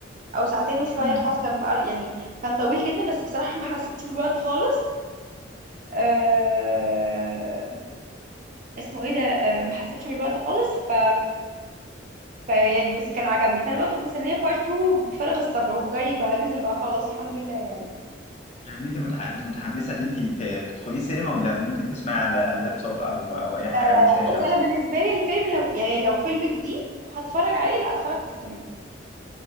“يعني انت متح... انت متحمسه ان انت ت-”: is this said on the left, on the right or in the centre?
Left